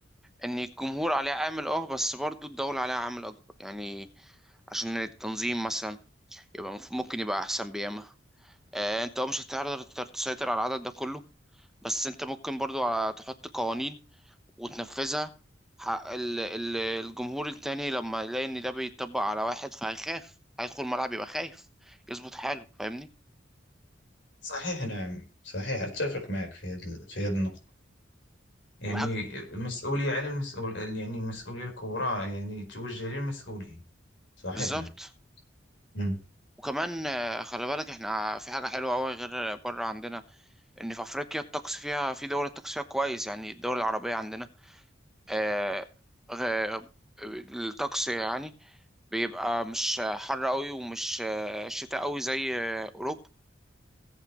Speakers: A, in the centre; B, on the left.
A: ان الجمهور عليه عامل اه بس برضو الدولة عليها عامل اكبر يعني عشان التنظيم مثلا يبقى مف- ممكن يبقى احسن بياما آه انت مش هتقدر تسيطر على العدد ده كله بس انت ممكن برضو ع- تحط قوانين وتنفذها حق ال- ال- الجمهور التاني لما يلاقي ان ده بيطبق على واحد فهيخاف هيدخل الملعب يبقى خايف يظبط حاله فاهمني
B: صحيح نعم صحيح أتفق معك في هذا في هذه النقطة يعني
A: وحاجة
B: المسؤولية على المسؤول يعني المسؤولية الكبرى يعني توجه للمسؤولين صحيح
A: بالظبط
B: نعم مم.
A: وكمان آه، خلي بالك احنا في حاجة حلوة أوي غير بره عندنا ان في افريقيا الطقس فيها في دول الطقس فيها كويس يعني الدول العربية عندنا آه، غ- الطقس يعني بيبقى مش حر قوي ومش آه، شتاء قوي زي آه، اوروبا